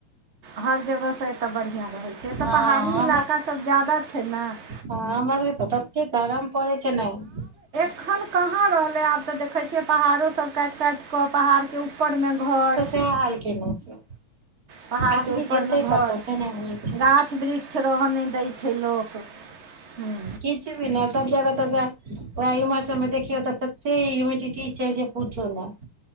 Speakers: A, on the right; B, on the right.
A: हर जगहसँ एतऽ बढ़ियां रहै छैई, एतऽ
B: हँ
A: पहाड़ी इलाका सब ज्यादा छै न- -
B: हँ हमरा नैई पत्ता गरम पड़ै छै न- -
A: अखन कहाँ रहलै आब तऽ देखे छियै पहाड़ो सब काइट-काइट -- कऽ पहाड़ के ऊपर में घर- -
B: सैह हाल केने छै।
A: पहाड़
B: आदमी
A: के ऊपर
B: जेतै
A: में घर-
B: कतऽ से नहि
A: -
B: होइ छै
A: गाछ वृक्ष रहऽ नै दै छै लोक हूं।
B: किछ भी न सब जगह तऽ सैह- - वेहे ईम्हर सब में देखियौ तऽ तते ह्युमिडिटी छैय जे पूछू नै- -